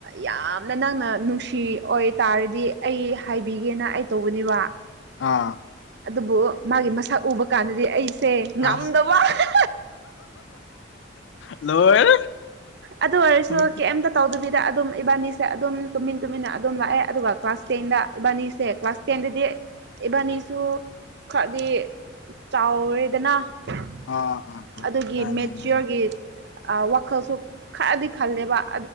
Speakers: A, on the right (about 55°); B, on the left (about 65°).
A: ꯌꯥꯝꯅ ꯅꯪꯅ ꯅꯨꯡꯁꯤ ꯑꯣꯏ ꯇꯥꯔꯗꯤ ꯑꯩ ꯍꯥꯏꯕꯤꯒꯦꯅ ꯑꯩ ꯇꯧꯕꯅꯦꯕ
B: ꯑꯥ
A: ꯑꯗꯨꯕꯨ ꯃꯥꯒꯤ ꯃꯁꯛ ꯎꯕꯗ ꯉꯝꯗꯕ
B: ꯑꯁ
A: ꯑꯍꯥ
B: ꯂꯣꯏꯔꯦ
A: ꯑꯗꯨ ꯑꯣꯢꯔꯁꯨ
B: ꯎꯝ
A: ꯀꯦꯝ ꯇꯧꯗꯕꯤꯗ ꯑꯗꯨꯝ ꯏꯕꯥꯅꯤꯁꯦ ꯑꯗꯨꯝ ꯇꯨꯃꯤꯟ ꯇꯨꯃꯤꯟꯅ ꯑꯗꯨꯝ ꯂꯥꯛꯑꯦ ꯑꯗꯨꯒ ꯀ꯭ꯂꯥꯁ ꯇꯦꯟꯗ ꯏꯕꯥꯅꯤ ꯁꯦ ꯀ꯭ꯂꯥꯁ ꯇꯦꯟꯗꯗꯤ ꯏꯕꯥꯅꯤꯁꯨ ꯈꯔꯗꯤ ꯆꯥꯎꯔꯦꯗꯅ <unintelligible>
B: ꯑꯥ ꯑꯥ ꯑꯥ ꯃꯥꯅꯦ ꯃꯥꯅꯦ
A: ꯑꯥ ꯋꯥꯈꯜꯁꯨ ꯈꯔꯗꯤ ꯈꯜꯂꯦꯕ